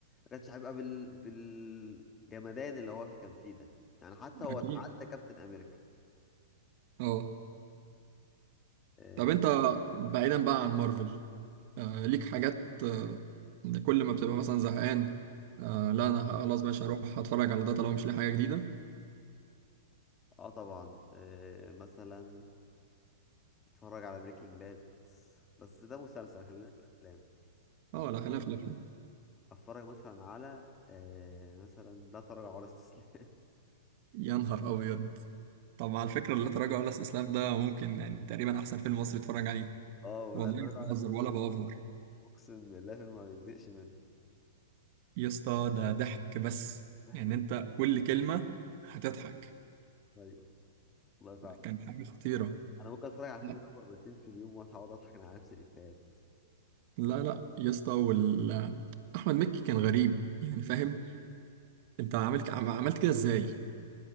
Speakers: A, on the left; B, on the right.
A: كانش هيبقى بال بالجمدان اللي هو كان فيه ده يعني حتى هو
B: أكيد
A: تعدى كابتن امريكا
B: أه
A: اه
B: طب أنت بعيدا بقى عن مارفل آه ليك حاجات آه كل ما بتبقى مثلا زهقان آه لا أنا خلاص بقى هروح أتفرج على ده طالما مش لاقي حاجة جديدة
A: آه طبعا آه مثلا اتفرج على بريكنج باد بس ده مسلسل خلينا في الافلام
B: أه
A: أتف-
B: لا خلينا في الأفلام
A: اتفرج مثلا على آه مثلا لا تراجع ولا استسلام
B: يا نهار أبيض طب على فكرة لا تراجع ولا استسلام ده ممكن يعني تقريبا أحسن فيلم مصري اتفرج عليه
A: <laughs> اه ولا
B: والله
A: تراجع
B: مش بهزر
A: ولا استسلام
B: ولا بأوفر
A: اقسم بالله الفيلم ما بيزهقش منه
B: يا اسطى ده ضحك بس
A: ضحك
B: يعني أنت كل كلمة هتضحك
A: ايوه والله فعلا
B: كان حاجة خطيرة
A: انا ممكن اتفرج على الفيلم
B: لا
A: ده مرتين في اليوم واصحى اقعد اضحك على نفس الافيهات
B: لا لا يا اسطى وال أحمد مكي كان غريب يعني فاهم أنت عملت عملت كده إزاي